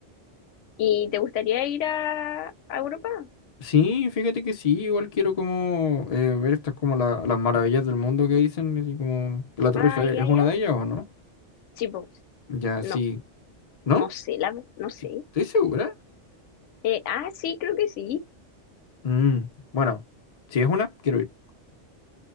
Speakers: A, on the left (about 85°); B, on the left (about 40°).
A: ¿Y te gustaría ir a, a Europa?
B: Sí, fíjate que sí, igual quiero como eh, ver estas como la- las maravillas del mundo que dicen, así como que la Torre
A: Ah,
B: Eiffel
A: ya,
B: es una
A: ya.
B: de ellas o no.
A: Sí, pues,
B: Ya,
A: no,
B: sí, ¿no?
A: no sé, la, no sé.
B: Sí, ¿estoy segura?
A: Eh, ah, sí, creo que sí.
B: Mm, bueno, si es una, quiero ir.